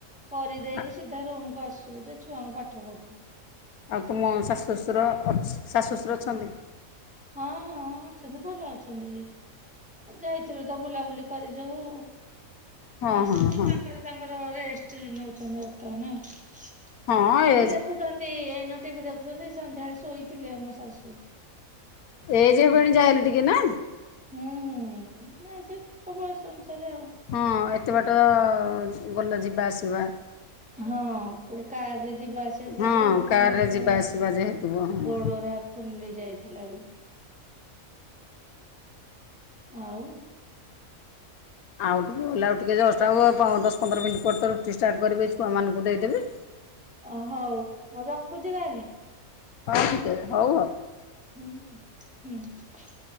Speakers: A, in the centre; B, on the left.
A: କରିଦେଇକି
B: ଆ-
A: ସିଧା ରୁମକୁ ଆସୁ ଯେ ଛୁଆଙ୍କୁ ପାଠ ପଢ଼ୋଉ।
B: ଆଉ ତୁମ ଶାଶୁ ଶଶୁର ଅଛ ଶାଶୁ ଶଶୁର ଅଛନ୍ତି।
A: ହଁ ହଁ ଅଛନ୍ତି ଭଲ ଅଛନ୍ତି। ଏ ଯାଇଥିଲୁ ତ ବୁଲାବୁଲି କରି ଯୋଉ
B: ହଁ
A: ଆସୁଛୁ
B: ହଁ ହଁ
A: ତାଙ୍କର ତାଙ୍କର ରେଷ୍ଟେ ନୋଉଛନ୍ତି ବର୍ତ୍ତମାନ ଆଉ। ଟିଭି
B: ହଁ ଏଜ୍
A: ଦେଖୁଛନ୍ତି ଏଇନୁ ଟିଭି ଦେଖୁଛନ୍ତି ସନ୍ଧ୍ୟାବେଳେ ଶୋଇଥିଲେ ମୋ ଶାଶୁ।
B: ଏଜ୍ ହେବେଣି
A: ଯୋଉ
B: ଯାହା ହେଲେ ଟିକେ ନା।
A: ହୁଁ ହୁଁ ଏଜ୍ ତାଙ୍କ ବୟସ ଅନୁସାରେ ଆଉ।
B: ହଁ ଏତେ ବାଟ ଗଲ ଯିବା ଆସିବା।
A: ହଁ ଫୁଣି କାରରେ ଯିବା ଆସ୍ ଯେହେତୁ
B: ହଁ
A: ମାନେ
B: କାରରେ
A: ପୁରା
B: ଯିବା ଆସିବା ଯେହେତୁ ହଁ
A: ଗୋଡୋରା ଫୁଲି ଯାଇଥିଲା ବି। ଆଉ
B: ଆଉ ଟିକିଏ ଗଲେ ଆଉ ଟିକିଏ ଜଷ୍ଟ ଆଉ ପ ଦଶ ପନ୍ଦର ମିନିଟ୍ ପରେ ତ ରୁଟି ଷ୍ଟାର୍ଟ କରିବି ଏଇ ଛୁଆମାନୁକୁ ଦେଇଦେବି।
A: ଅ ହୋଉ ମୁଁ ରଖୁଚି ତାହେଲେ।
B: <unintelligible> ହୋଉ ହୋଉ।
A: ହୁଁ ହୁଁ ହୁଁ।